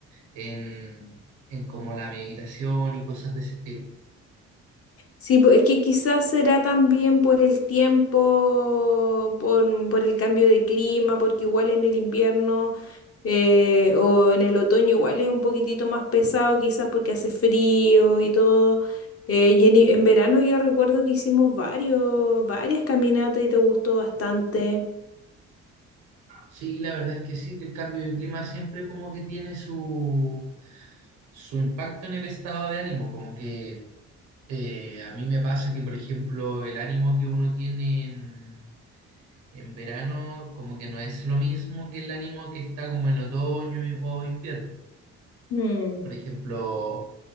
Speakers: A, on the right (about 80°); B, on the left (about 50°).
A: en, en como la meditación y cosas de ese estilo.
B: Sí, pues, es que quizás será también por el tiempo, por, por el cambio de clima, porque igual en el invierno eh, o en el otoño igual es un poquitito más pesado, quizás porque hace frío y todo. Eh, y en, i- en verano yo recuerdo que hicimos varios, varias caminatas y te gustó bastante.
A: Sí, la verdad es que sí, que el cambio de clima siempre como que tiene su, su impacto en el estado de ánimo, como que eh, a mí me pasa que, por ejemplo, el ánimo que uno tiene en, en verano como que no es lo mismo que el ánimo que está como en otoño o invierno.
B: Mm,
A: Por ejemplo,